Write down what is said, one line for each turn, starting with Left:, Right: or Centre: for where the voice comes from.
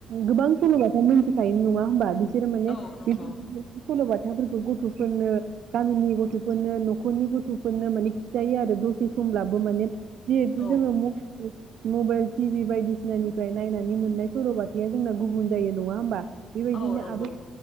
Right: गोबां सलबाथ' मिथिखायो नङा होनबा बि सोरमाने
Left: औ नंगौ
Right: बिदि बिदिअ सल' बाथफोर गथ'फोरनो गामिनि गथ'फोरनो न'खरनि गथ'फोरनो माने खिथायो आरो दसे समब्लाबो माने जेहेतु
Left: औ
Right: जोङो मबाइल टिभि बायदिसिनानिफ्राय नायनानै मोननाय सल'बाथाया जोंना गुबुन जायो नङा होमबा बेबायदिनो
Left: औ नंगौ
Right: आबै